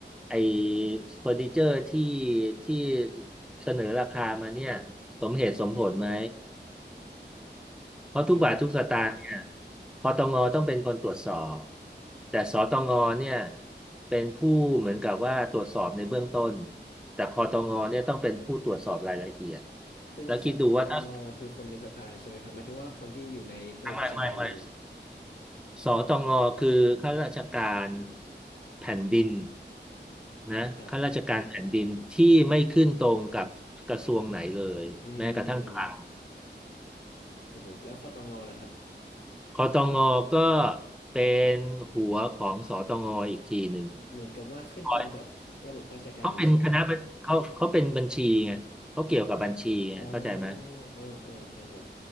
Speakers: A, in the centre; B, on the left.
A: ไอ้เฟอร์นิเจอร์ที่ที่เสนอราคามาเนี่ยสมเหตุสมผลไหม เพราะทุกบาททุกสตางค์เนี่ย
B: ครับ
A: คอตงต้องเป็นคนตรวจสอบแต่สตงเนี่ยเป็นผู้เหมือนกับว่าตรวจสอบในเบื้องต้นแต่คอตงเนี่ยต้องเป็นผู้ตรวจสอบรายละเอียด
B: ซึ่งคอตองคือคนในสภาใช่ไหมครับหมายถึงว่าคนที่อยู่ในระบบราชการเลย
A: แล้วคิดดูว่าถ้าไม่ไม่ไม่สตงคือข้าราชการแผ่นดินนะข้าราชการแผ่นดินที่ไม่ขึ้นตรงกับกระทรวงไหนเลยแม้กระทั่งคลัง
B: ครับอืมโอ้โหแล้วคอตองอล่ะครับ
A: คอตงก็เป็นหัวของสตงอีกทีหนึ่ง
B: เหมือนกับว่าขึ้นตรงกับระบบข้าราชการเลยใช่ไหม
A: คอย เขาเป็นคณะบัญเขาเขาเป็นบัญชีไงเขาเกี่ยวกับบัญชีไงเข้าใจไหม
B: อ๋อเออเออครับผม